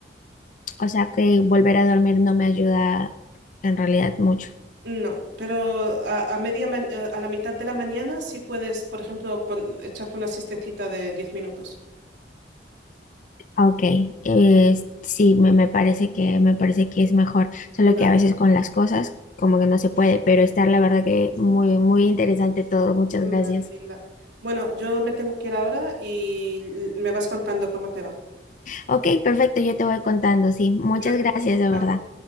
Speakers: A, on the left; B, on the right.
A: O sea que volver a dormir no me ayuda en realidad mucho.
B: No, pero a, a media ma- eh, a la mitad de la mañana sí puedes, por ejemplo, pon- echarte una siestecita de diez minutos.
A: Ah, Ok, eh, sí, me, me parece que me parece que es mejor, solo
B: Vale,
A: que a veces con las cosas como que no se puede, pero estar la verdad que muy muy interesante todo. Muchas
B: vale,
A: gracias.
B: linda. Bueno, yo me tengo que ir ahora y l- me vas contando cómo te va.
A: Ok, perfecto, yo te voy contando, sí. Muchas
B: Cuídate.
A: gracias, de
B: Chao.
A: verdad.